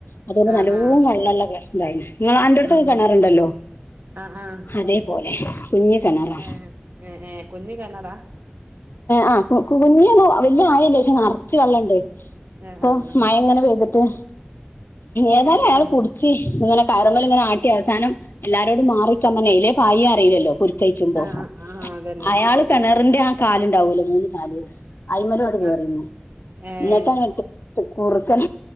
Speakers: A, on the left; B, on the right.
A: അതുകൊണ്ട്
B: ആഹ്
A: നല്ലവും
B: ആഹ്
A: വെള്ളമുള്ളന്തായിന് നിങ്ങൾ ആൻറ അടുത്തൊക്കെ
B: ഉം ഉം
A: കിണറുണ്ടല്ലോ
B: ആഹ് ആഹ്
A: അതേപോലെ കുഞ്ഞി കിണറാ
B: ഏഹ് ഏഹ് ഏഹ് കുഞ്ഞ് കിണറാ
A: ആ കുഞ്ഞാലോ വല്ല ആയല്ലേ പക്ഷെ നിറച്ച് വെള്ളണ്ട്
B: ആഹ്
A: ഇപ്പൊ
B: ആഹ്
A: മഴ എങ്ങനെ പെയ്തിട്ട് ഏതായാലും
B: ഉം
A: അയാൾ
B: ഉം
A: പുടിച്ച് ഇങ്ങനെ കയറിൻമേൽ ഇങ്ങനെ ആട്ടി അവസാനം എല്ലാരോടും മാറി നിക്ക പറഞ്ഞു പായി അറിയില്ലല്ലോ കുരുക്കഴിച്ച്പോ
B: ആഹ് ആഹ് ആഹ് അതന്നെ
A: അയാള് കിണറിന്റെ ആ കാലുണ്ടാവല്ലോ മൂന്ന് അയിമലോട് കേറീന്ന്
B: ആഹ് ഏഹ്
A: എന്നിട്ട്ങ്ങട്ട് കുറുക്കൻ